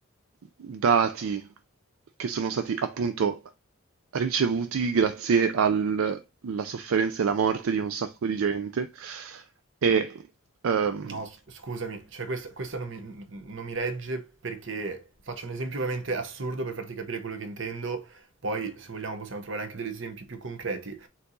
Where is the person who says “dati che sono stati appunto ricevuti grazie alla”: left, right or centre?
Right